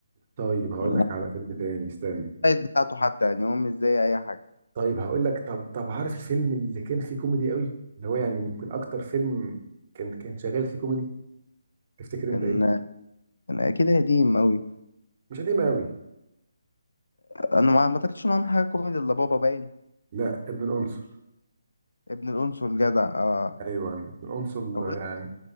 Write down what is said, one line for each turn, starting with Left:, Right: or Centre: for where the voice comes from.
Right: طيب هقول
Left: الموبايل
Right: لك على فيلم تاني استنى
Left: بتاعته حتى يعني هو مش زي اي حاجه
Right: طيب هقول لك طب طب عارف الفيلم اللي كان فيه كوميدي قوي اللي هو يعني يمكن اكتر فيلم كان كان شغال فيه كوميدي تفتكر انت
Left: كان
Right: ايه
Left: كان كده قديم قوي
Right: مش قديمه قوي
Left: انا ما ما اعتقدش ان هو عمل حاجه كوميدي الا بابا باين
Right: لا ابن القنصل
Left: ابن الانصل جدع اه
Right: ايوه ابن القنصل
Left: اقول
Right: يعني